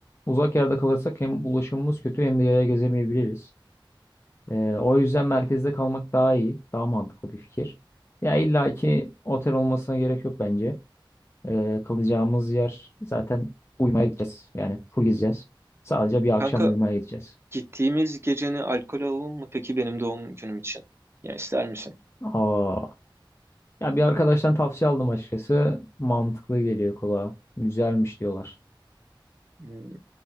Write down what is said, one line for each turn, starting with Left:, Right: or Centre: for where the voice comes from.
Left: Uzak yerde kalırsak hem ulaşımımız kötü hem de yaya gezemeyebiliriz. Eee, o yüzden merkezde kalmak daha iyi, daha mantıklı bir fikir. Ya illa ki otel olmasına gerek yok bence. Eee, kalacağımız yer zaten uyumaya gideceğiz. Yani full gezeceğiz. Sadece bir akşam
Right: Kanka
Left: uyumaya gideceğiz.
Right: gittiğimiz geceni alkol alalım mı peki benim doğum günüm için? Ya ister misin?
Left: Aa, ya bir arkadaştan tavsiye aldım açıkçası. Mantıklı geliyor kulağa. Güzelmiş diyorlar.
Right: Hmm,